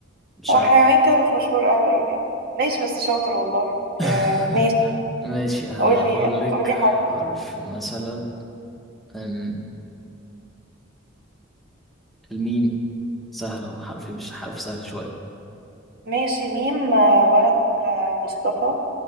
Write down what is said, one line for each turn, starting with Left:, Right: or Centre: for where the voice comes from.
Centre: مش
Right: هو
Centre: عارف
Right: حيوان كده مش مشهور قوي يعني ماشي بس شاطر والله
Centre: <laughs>
Right: آه ماشي
Centre: ماشي هقول
Right: قولي
Centre: لك
Right: قولي
Centre: حرف
Right: حرف
Centre: مثلا أم، الميم سهلة وحرف مش حرف سهل شوية
Right: ماشي ميم آه، ولد آه، مصطفى